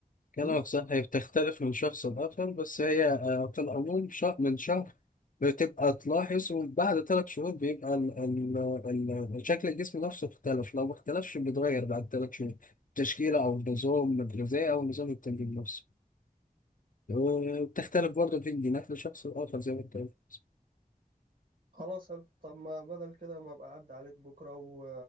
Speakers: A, on the left (about 60°); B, on the right (about 65°).
A: كلامك
B: امم
A: صح هي بتختلف من شخص لآخر بس هي آه في العموم شهر من شهر بتبقى تلاحظ وبعد ثلاث شهور بيبقى ال ال ال شكل الجسم نفسه اختلف لو ما اختلفش بيتغير بعد ثلاث شهور تشكيلة أو النظام الغذائي أو نظام التمرين نفسه وبتختلف برضه في الجينات لشخص لآخر زي ما أنت قلت
B: خلاص حلو طب ما بدل كده ما ابقى اعدي عليك بكره و...